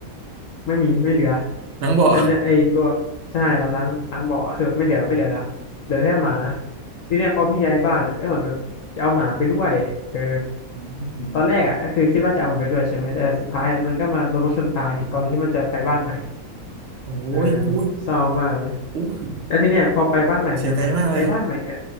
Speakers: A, on the left (about 65°); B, on the right (about 50°).
A: ไม่มีไม่เหลือ
B: นังบ่อ
A: แล้วเนี่ยไอตัวใช่เราล้างล้างบ่อคือแบบไม่เหลือไม่เหลือละเหลือแค่หมาทีเนี้ยพอพี่ย้ายบ้านอะก็เหมือนแบบจะเอาหมาไปด้วยเออ
B: อืม
A: ตอนแรกอ่ะก็คือคิดว่าจะเอามันไปด้วยใช่ไหมแต่สุดท้ายอะมันก็มาโดนรถชนตายก่อนที่มันจะไปบ้านใหม่
B: โอ้ยอุ้ย
A: เออเศร้ามากเลย
B: อุ้ย
A: แล้วทีเนี้ยพอไปบ้านใหม่ใช่ไหมไอ้บ้านใหม่เนี่ย
B: เสียใจมากเลย